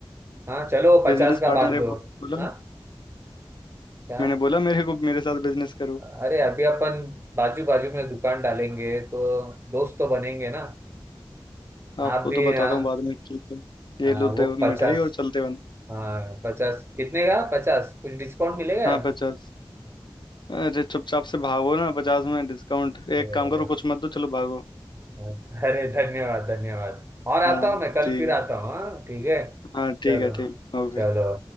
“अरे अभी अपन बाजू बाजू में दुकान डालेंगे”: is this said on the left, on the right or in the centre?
Right